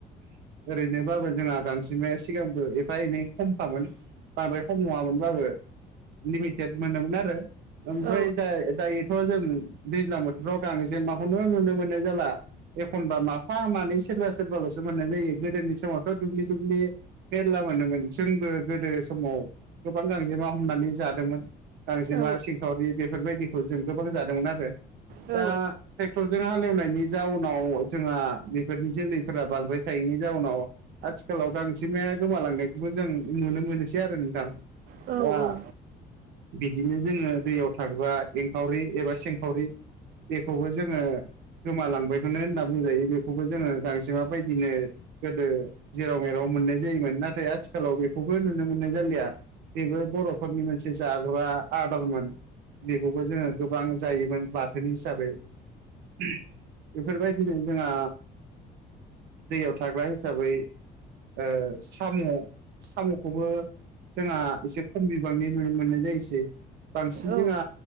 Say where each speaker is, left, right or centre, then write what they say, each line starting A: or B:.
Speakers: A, on the right (about 80°); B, on the right (about 60°).
A: ओरैनोबाबो जोंहा गांजेमाया स सिगांबो एफा एनै खमखामोन बांद्राय खम नङामोनबाबो। लिमिटेड मोनोमोन आरो ओमफ्राय
B: औ
A: दा दायो थ' जों दैज्लां बोथोराव गांजेमाखौनो नुनो मोननाय जाला। एखनबा माफा मानै सोरबा सोरबालसो मोननाय जायो गोदोनि समावथ' दुब्लि दुब्लि मेरला मोनोमोन जोंबो गोदो समाव गोबां गांजेमा हमनानै जादोंमोन। गांजेमा
B: औ
A: सिंखावरि बेफोरबायदिखौ जों गोबां जादोंमोन आरो
B: औ
A: दा ट्रेक्टरजों हालेवनायनि जाउनाव जोंहा बेफोरनि जोलैफोरा बांद्राय थायैनि जाउनाव आथिखालाव गांजे जेमाया गोमालांनायखौबो जों नुनो मोनोसै आरो नोंथां
B: औ
A: दा
B: औ
A: बिदिनो जोङो दैयाव थाग्रा एंखावरि एबा सिंखावरि बेखौबो जोङो गोमालांबायखौनो होनना बुंजायो बेखौबो जोङो गांजेमा बायदिनो गोदो जेराव मेरा राव मोननाय जायोमोन नाथाय आथिखालाव बेखौबो नुनो मोननाय जालिया बेबो बर'फोरनि मोनसे जाग्रा आदारमोन बेखौबो जोङो गोबां जायोमोन बाथोन हिसाबै बेफोरबायदिनो जोंङा दैयाव थाग्रा हिसाबै ओ साम' साम'खौबो जोंङा एसे खम बिबांनि नुनो मोननाय जायोसै बांसिन
B: औ
A: जोंङा